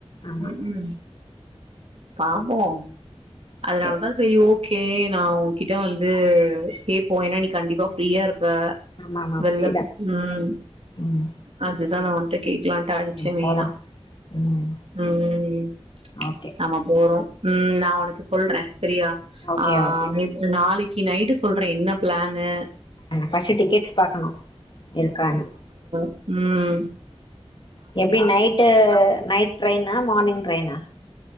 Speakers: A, on the left; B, on the right.
A: ஆமா
B: உம் உம் பாப்போம் அதனால
A: ஓகே
B: தான் சேரி போ ஓகே நான் உன் கிட்ட வந்து கேட்போம் ஏன்னா நீ கண்டிப்பா ஃப்ரீயா இருப்ப
A: ஆமா ஆமா
B: வெளில
A: ஃப்ரீதா
B: உம்
A: ம்
B: அது அதனால தான் உன்னுட்ட கேட் கேட்கலாம்டு அடிச்சேன்
A: சரி
B: மெயினா
A: போலா ம்
B: உம்
A: ஓகே
B: நம்ம போறோம் உம் நான் உனக்கு சொல்றேன் சரியா
A: ஓகே
B: ஆஹ்
A: ஓகே
B: நேத்து நாளைக்கு இன்னைக்கு நைட்டு சொல்றேன் என்ன பிளான்னு
A: பர்ஸ்ட்டு டிக்கெட்ஸ் பாக்கணும் இருக்கானு
B: உம்
A: எப்படி நைட்டு நைட் ட்ரெய்னா மார்னிங் ட்ரெய்னா